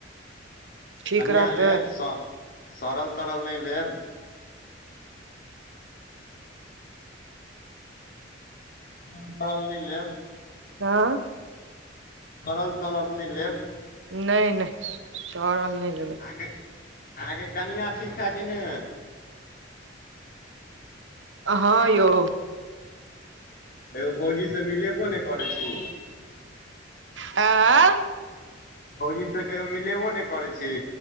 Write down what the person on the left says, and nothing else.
<unintelligible>
स-सड़ल तरल नै लेब सड़ल-तरल नै लेब।
सड़ल-तलर नै लेब।
ऐखेन अहाँके कनिया ठीक हे कि नै?
हेयौ भौजी से मिलेबो नै करै छी?
भौजी से कहियो मिलेबौ नै करय छी।